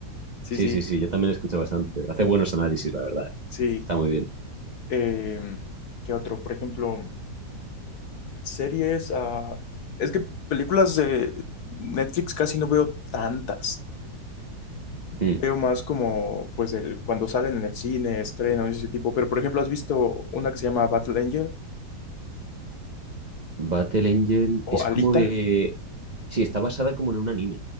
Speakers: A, on the left; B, on the right.
A: Sí,
B: Sí,
A: sí,
B: sí, sí. Yo también lo escucho bastante. Hace buenos análisis, la verdad. ¿eh?
A: sí.
B: Está muy bien.
A: Em, ¿qué otro? Por ejemplo, series, ah, es que películas de Netflix casi no veo tantas.
B: Hmm.
A: Veo más como, pues, el- cuando salen en el cine, estrenos y ese tipo. Pero, por ejemplo, ¿has visto una que se llama Battle Angel
B: Battle Angel
A: o
B: es
A: Alita?
B: como de... Sí, está basada como en un anime,